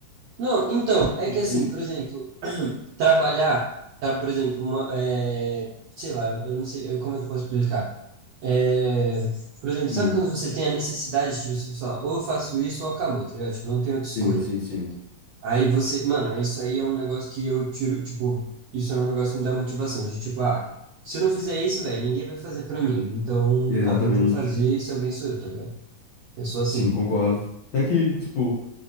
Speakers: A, on the right; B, on the left.
A: Não, então, é
B: E.
A: que assim, por exemplo, <clears throat> trabalhar, tá, por exemplo, uma, é, sei lá, eu não sei, eu- como é que eu posso explicar? É, por exemplo,
B: Hum,
A: sabe quando você tem a necessidade de você falar, ou eu faço isso ou acabou, tá ligado? Tipo, não tem outra
B: sim,
A: escolha.
B: sim, sim.
A: Aí você, mano, é isso aí é um negócio que eu tiro, tipo, isso é um negócio que me dá motivação, de tipo, ah, se eu não fizer isso, velho, ninguém vai fazer pra mim. Então,
B: Exatamente.
A: alguém tem que fazer, e se alguém sou eu, tá ligado? Eu sou assim.
B: Sim, concordo. Até que, tipo,